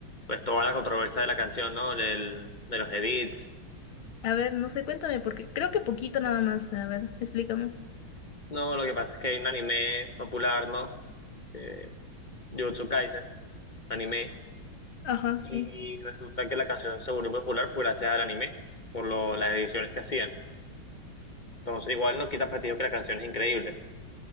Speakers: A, on the left; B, on the left.
A: pues toda la controversia de la canción, ¿no? Del, de los edits.
B: A ver, no sé, cuéntame, porque creo que poquito nada más. A ver, explícame.
A: No, lo que pasa es que hay un anime popular, ¿no? Eh, Jujutsu Kaisen, anime.
B: Ajá, sí.
A: Y resulta que la canción se volvió popular por gracias al anime, por lo, las ediciones que hacían. Entonces, igual no quita prestigio que la canción es increíble.